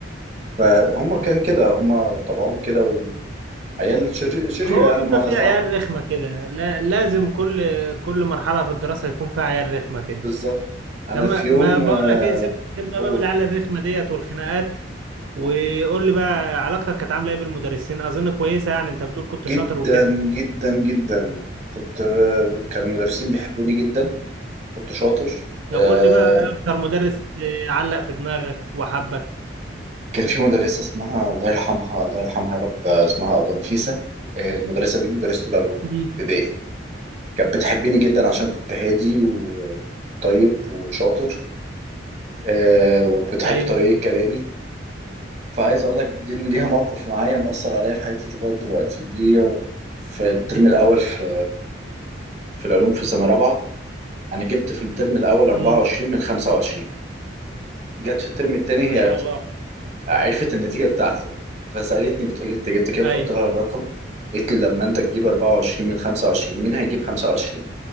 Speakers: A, on the right; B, on the right.
A: فهم كان كده هم طبعهم كده وعيال شري- شريرة
B: هو
A: يعني
B: بيبقى
A: بمعنى
B: فيه
A: صح
B: عيال رخمة كده لا... لازم كل كل مرحلة في الدراسة يكون فيها عيال رخمة كده
A: بالظبط انا
B: لما
A: في يوم
B: ما بقول
A: آه،
B: لك ايه سيب سيبنا
A: اول
B: بقى من العيال الرخمه ديت والخناقات وقول
A: اول
B: لي بقى علاقتك كانت عامله ايه بالمدرسين اظن كويسه يعني انت بتقول كنت
A: جدا
B: شاطر وكده
A: جدا جدا كنت آه، كان المدرسين بيحبوني جدا كنت شاطر
B: طب
A: آه،
B: قول لي بقى اكتر مدرس آه، علق في دماغك وحبك
A: كان في مدرسة اسمها الله يرحمها الله يرحمها يا رب آه، اسمها أبلة نفيسة آه، المدرسة دي مدرسة العلوم
B: امم
A: في ابتدائي كانت بتحبني جدا عشان كنت هادي وطيب وشاطر آه، وبتحب
B: ايوه
A: طريقة كلامي فعايز اقول لك دي ليها موقف معايا مأثر عليا في حياتي لغايه دلوقتي دي في الترم الاول في في العلوم في سنه رابعه انا جبت في الترم الاول 24
B: امم
A: من 25 جت في الترم الثاني
B: ما شاء
A: هي
B: الله
A: عرفت النتيجه بتاعتي يعني. فسالتني بتقول لي انت جبت كام
B: ايوه
A: فقلت لها الرقم قالت لي لما انت تجيب 24 من 25 مين هيجيب 25